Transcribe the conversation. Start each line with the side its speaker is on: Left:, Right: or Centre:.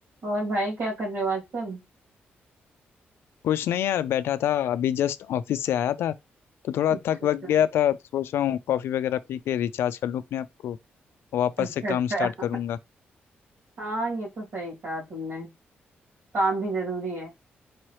Right: और भाई क्या कर रहे हो आजकल
Left: कुछ नहीं यार बैठा था अभी जस्ट ऑफिस से आया था तो थोड़ा
Right: अच्छा
Left: थक वक
Right: अच्छा
Left: गया था तो सोच रहा हूँ कॉफ़ी वगैरह पी के रिचार्ज कर लूँ अपने आप को वापस
Right: अच्छा
Left: से काम
Right: अच्छा
Left: स्टार्ट करूँगा
Right: हाँ ये तो सही कहा तुमने काम भी जरूरी है